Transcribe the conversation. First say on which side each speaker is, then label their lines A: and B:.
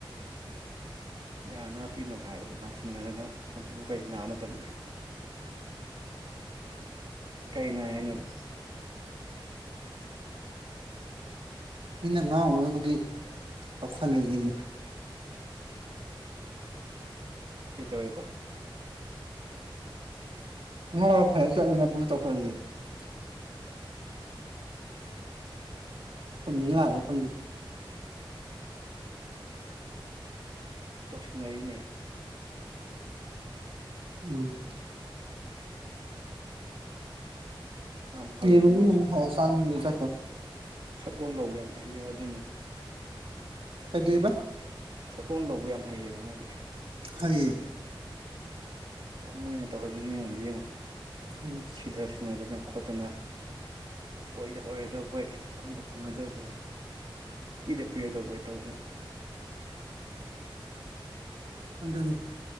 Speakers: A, on the right; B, on the right.
A: ꯌꯥꯅꯕ ꯄꯤꯅꯕ ꯍꯥꯏꯕ ꯅꯥꯁꯤꯟꯅꯗꯅ ꯍꯧꯖꯤꯛꯕꯨ ꯀꯔꯤ ꯅꯥꯕ ꯃꯇꯝꯂꯣ ꯀꯩ ꯅꯥꯏ ꯍꯥꯏꯅꯣꯕ
B: ꯃꯤꯅ ꯉꯥꯎꯅꯅꯥꯒꯤ ꯇꯧꯁꯜꯂꯛꯑꯦ ꯌꯦ
A: ꯀꯩ ꯇꯧꯋꯦꯕ
B: <unintelligible> ꯆꯨꯝꯃꯤ ꯂꯥꯟꯂꯤꯔꯥ ꯈꯪꯗꯦ
A: ꯇꯧꯁꯤꯟꯅꯔꯤꯅꯦ
B: ꯎꯝ
A: ꯌꯥꯝ ꯍꯩꯌꯦ
B: ꯌꯦꯔꯨꯝ
A: ꯃꯥꯁꯨ
B: ꯒꯨꯝꯕꯃ <unintelligible> ꯇ
A: ꯁꯛꯂꯣꯟ ꯂꯧꯕ ꯌꯥꯝ ꯍꯥꯏꯌꯦ ꯑꯗꯨꯅꯤ
B: ꯀꯩꯗꯨꯏꯕ
A: ꯁꯛꯂꯣꯟ ꯂꯧꯕ ꯌꯥꯝꯃ ꯍꯩꯌꯦꯕ ꯃꯣꯏꯗꯤ
B: ꯍꯩꯌꯦ
A: ꯌꯥꯝꯃꯣꯏꯅ ꯇꯧꯔꯝꯃꯤ ꯌꯥꯝꯗꯣ ꯌꯦꯡꯉꯣ
B: ꯎꯝ
A: ꯁꯤꯗꯥ ꯁꯤꯅꯥꯗꯅ ꯈꯣꯠꯇꯅ ꯑꯣꯏꯗ ꯑꯣꯏꯔꯗꯧꯕꯣꯏ ꯐꯪꯗ ꯐꯪꯉꯗꯕꯣꯏ ꯄꯤꯗ ꯄꯤꯔꯗꯧꯕꯣꯏ ꯇꯧꯗꯅ
B: ꯍꯅꯤ <unintelligible>